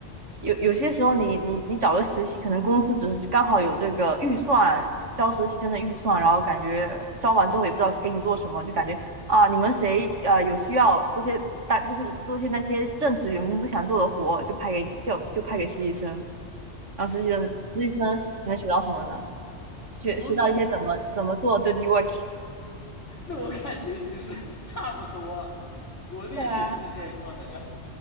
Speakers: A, on the right; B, on the left.
A: 有有些时候你，你你找个实习，可能公司只是刚好有这个预算，招实习生的预算，然后感觉招完之后也不知道给你做什么，就感觉啊，你们谁啊呃有需要做些大，就是做些那些正职员工不想做的活，就派给就就派给实习生，然后实习生实习生你能学到什么呢？学学到一些怎么怎么做
B: 我
A: dirty work。
B: 那我感觉其实差不多，国内也是这样的呀。
A: 对啊。